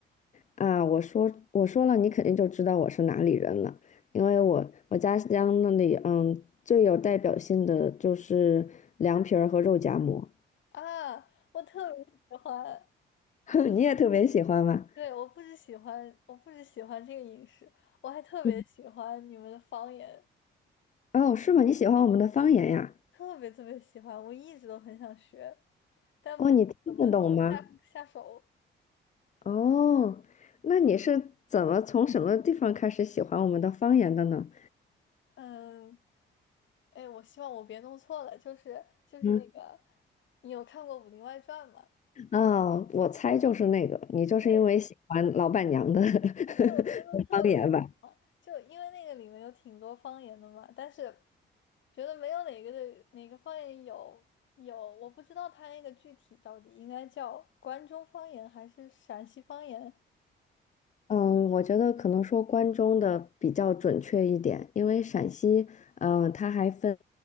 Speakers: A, on the left; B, on the left.
A: 啊。我说我说了，你肯定就知道我是哪里人了，因为我我家乡那里嗯最有代表性的就是凉皮儿和肉夹馍，
B: 啊，我特别喜欢，
A: <laughs> 你也特别喜欢吗？
B: 对，我不只喜欢，我不只喜欢这个饮食，我还特别喜欢你们的方言，
A: 嗯，哦，是吗？你喜欢我们的方言呀？
B: 特别特别喜欢，我一直都很想学，但不知道怎么下下手。
A: 哦，你听得懂吗？哦，那你是怎么从什么地方开始喜欢我们的方言的呢？
B: 嗯，哎，我希望我别弄错了，就是就是那个，
A: 嗯，
B: 你有看过《武林外传》吗？
A: 哦，我猜就是那个，你就是因为喜欢老板娘的
B: 对，
A: <laughs>
B: 但是我真的特别喜欢，
A: 方言吧？
B: 就因为那个里面有挺多方言的嘛，但是觉得没有哪个的哪个方言有有，我不知道它那个具体到底应该叫关中方言还是陕西方言。
A: 嗯，我觉得可能说关中的比较准确一点，因为陕西，嗯、它还分